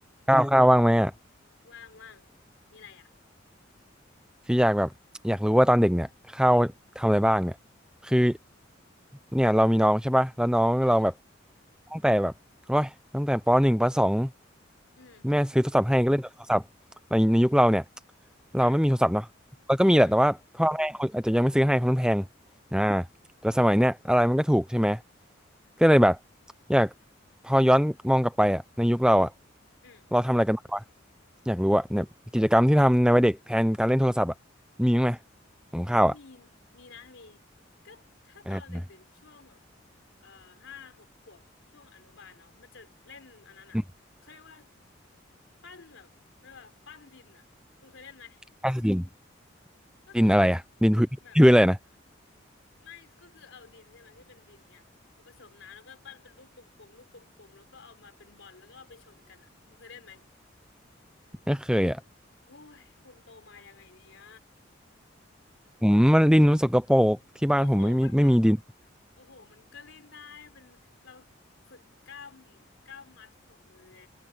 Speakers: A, in the centre; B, on the left (about 80°).
A: ข้าเอวมข้าวบ้างไหมอ่ะ
B: ว่างว่างมีอะไรอ่ะ
A: คืออยากแบบอยากรู้ว่าตอนเด็กเนี่ยข้าวทำอะไรบ้างเนี่ยคือเนี่ยเรามีน้องใช่ป่ะแล้วน้องเราแบบ
B: อืมอืม
A: ตั้งแต่แบบโอ้ยตั้งแต่ปหนึ่งปสอง
B: อืม
A: แม่ซื้อโทรศัพท์ให้ก็เล่นแต่โทรศัพท์ในในยุคเราเนี่ยเราไม่มีโทรศัพท์เนาะเราก็มีแหละแต่ว่าพ่อแม่คนอาจจะยังไม่ซื้อให้เพราะมันแพง
B: เอออืมอืม
A: อ่าแต่สมัยเนี้ยอะไรมันก็ถูกใช่ไหมก็เลยแบบ อยากพอย้อนมองกลับไปอ่ะในยุคเราอ่ะ
B: อืม
A: เราทำอะไรกันบ้างวะอยากรู้อ่ะเนี่ยกิจกรรมที่ทำในวัยเด็กแทนการเล่นโทรศัพท์อ่ะมีบ้างไหมของข้าวอ่ะ
B: มีมีนะมีก็ถ้าตอนเด็กๆช่วงแบบ
A: อ่า
B: เอ่อห้าหกขวบช่วงอนุบาลเนาะมันจะเล่นอันนั้นอ่ะเขาเรียกว่า
A: อืม
B: ปั้นแบบเขาเรียกว่าปั้นดินอ่ะคุณเคยเล่นไหม
A: ข้าวดิน
B: ก็คือ
A: ดินอะไรอ่ะดินพื้น <laughs>
B: แบบ
A: พื้นอะไรนะ
B: ไม่ก็คือเอาดินใช่ไหมที่เป็นดินเนี่ยเอาผสมน้ำแล้วก็ปั้นเป็นลูกกลมๆลูกกลมๆแล้วก็เอามาเป็นบอลแล้วก็เอาไปชนกันอ่ะคุณเคยเล่นไหม
A: ไม่เคยอ่ะ
B: โอ้ยคุณโตมายังไงเนี่ย
A: ผมมันดินมันสกปรกที่บ้านผมไม่มีไม่มีดิน
B: โอ้โห มันก็โอ้โห มันก็เล่นได้ เป็นเราฝึกกล้ามกล้ามมัดของมือไง